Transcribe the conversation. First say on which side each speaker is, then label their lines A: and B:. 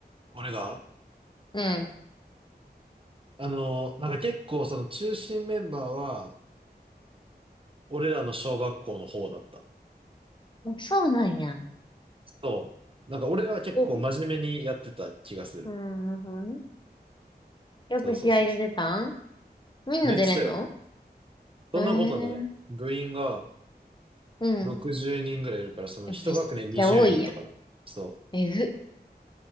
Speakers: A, on the right (about 30°); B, on the left (about 25°).
A: 俺が
B: うん。
A: あの、なんか結構その中心メンバーは、俺らの小学校の方だった。
B: うん。そうなんや。
A: そう。なんか俺らは結構真面目にやってた気がする。
B: えうん、なるほどね。よく試合で出たん
A: そうそうそうそ
B: みんな出れんの
A: う。で、言ってたよ。そんなことない。
B: えー
A: 部員が
B: うん。
A: 60人ぐらいいるから、その一学年20人とかな。
B: えめっちゃ多いや
A: そ
B: ん。えぐ。